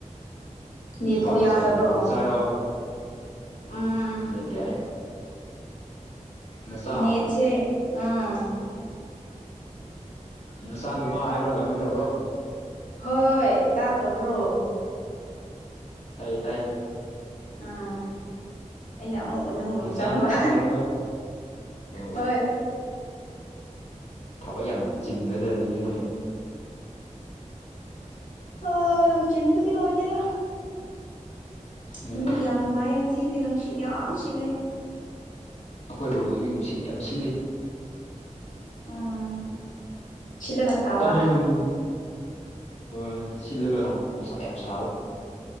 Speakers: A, on the left; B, on the left.
A: ꯅꯦꯠꯃꯨꯛ
B: ꯅꯨꯄꯥ ꯃꯆꯥ
A: ꯌꯥꯗꯕ꯭ꯔꯣ
B: ꯅ ꯅꯆꯥꯔꯣ
A: ꯎꯝ
B: ꯅꯦꯠ ꯌꯥꯢ ꯅꯆꯥ
A: ꯅꯦꯠꯁꯦ ꯑꯥ
B: ꯅꯆꯥ ꯅꯨꯄꯥ ꯍꯥꯏꯕ꯭ꯔꯥ ꯀꯃꯥꯏ ꯇꯧꯕ꯭ꯔꯣ
A: ꯍꯣꯏ ꯇꯥꯗꯕ꯭ꯔꯣ
B: ꯇꯥꯏꯌꯦ ꯇꯥꯏ
A: ꯑꯥ ꯑꯩꯅ ꯑꯃꯨꯛ ꯃꯅꯨꯡ ꯔꯣꯝ
B: ꯅꯆꯥ
A: ꯆꯪꯕ
B: ꯅꯨꯄꯥ ꯍꯥꯏꯕ꯭ꯔꯥ ꯑꯣ
A: ꯍꯣꯏ
B: ꯊꯕꯛ ꯌꯥꯝ ꯆꯤꯟꯕꯖꯅꯤꯅꯦꯅꯦ
A: ꯑ ꯌꯥꯝ ꯆꯤꯟꯕꯗꯤ ꯑꯣꯢꯗꯦꯗꯥ
B: ꯎꯝ
A: ꯅꯨꯃꯤꯠ ꯌꯥꯝ ꯅꯨꯡꯉꯥꯏꯌꯦ ꯉꯁꯤꯗꯤ ꯅꯨꯡꯁꯤꯠ ꯌꯥꯝ ꯁꯤꯠꯂꯦ
B: ꯑꯈꯣꯏꯔꯣꯝꯗꯁꯨ ꯅꯨꯡꯁꯤꯠ ꯌꯥꯝ ꯁꯤꯠꯂꯤ
A: ꯎꯝ ꯁꯤꯠꯂꯒ ꯁꯥꯕ
B: ꯇꯥꯃꯦꯡꯂꯣꯡ ꯍꯣꯏ ꯁꯤꯠꯂꯒ ꯅꯨꯡꯁꯥ ꯌꯥꯝ ꯁꯥꯕ <inaudible>